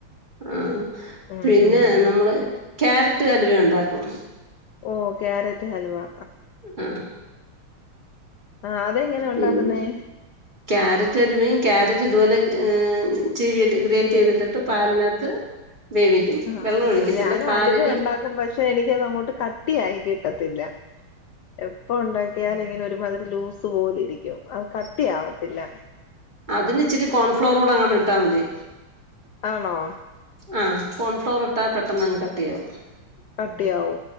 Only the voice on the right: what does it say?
ഉം
പിന്നെ
നമ്മള് ക്യാരറ്റ് അലുവ ഉണ്ടാക്കും
ഉം
പിന്നെ ക്യാരറ്റ് അലുവേം ക്യാരറ്റ് ഇതുപോലെ ചീവീട്ട് ഗ്രേറ്റ്
ചെയ്തിട്ട് പാലിനകത്ത്
വേവിക്കും
വെള്ളം ഒഴിക്കത്തില്ല
പാലില്
അതിന് ഇച്ചിരി കോൺഫ്ലവറൂടെ അങ്ങെട്ട് ഇട്ടാ മതി
ആഹ് കോൺഫ്ലവർ ഇട്ടാ പെട്ടെന്നങ്ങ് കട്ടിയാവും